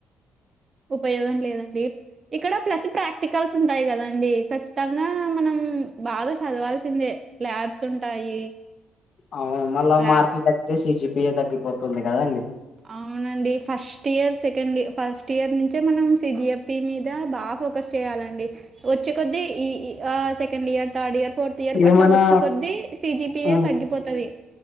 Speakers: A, on the right (about 40°); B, on the left (about 55°).
A: ఉపయోగం లేదండి ఇక్కడ ప్లస్ ప్రాక్టికల్స్ ఉంటాయి కదాండి ఖచ్చితంగా మనం బాగా చదవాల్సిందే ల్యాబ్స్ ఉంటాయి
B: అవును మళ్ళ
A: ల్యాబ్
B: మార్కులు తగ్గితే సిజిపిఏ తగ్గిపోతుంది కదండి
A: అవునండి first year second first year నుంచే మనం సిజిఎపి మీద బాగా ఫోకస్ చేయాలండి వచ్చే కొద్దీ ఈ ఆ second year third year fourth year
B: ఏమైనా
A: అట్లా వచ్చే కొద్ద్దీ సిజిపియ
B: మ్మ్
A: తగ్గిపోతది